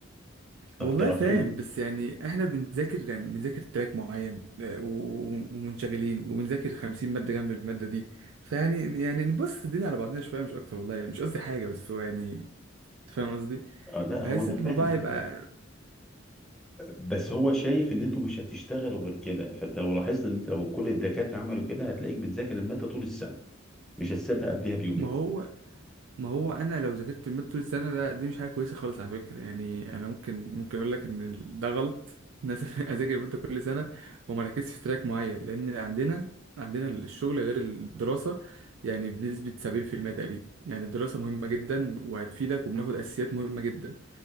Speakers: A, in the centre; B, on the right.
A: طب
B: والله
A: تراهن
B: فاهم بس يعني احنا بنذاكر يعني بنذاكر تراك معين آه، و- و- ومنشغلين وبنذاكر خمسين مادة جنب المادة دي فيعني يعني نبص الدنيا على بعضنا شوية مش أكتر والله يعني مش قصدي حاجة بس هو يعني أنت فاهم قصدي
A: آه لا
B: بحس
A: هو انا
B: إن الموضوع
A: فاهم
B: هيبقى
A: بس هو شايف ان انتوا مش هتشتغلوا غير كده فانت لو لاحظت ان انت لو كل الدكاتره عملوا كده هتلاقيك بتذاكر الماده طول السنه مش هتسيبها قبلها بيومين
B: ما هو ما هو انا لو ذاكرت الماده طول السنه ده دي مش حاجه كويسه خالص على فكره يعني انا ممكن ممكن اقول لك ان ال- ده غلط ان انا أسافر- <laughs> اذاكر الماده كل سنه وما ركزش في تراك معين لان عندنا عندنا الشغل غير الدراسه يعني بنسبه 70% تقريبا يعني الدراسه مهمه جدا وهتفيدك وبناخد اساسيات مهمه جدا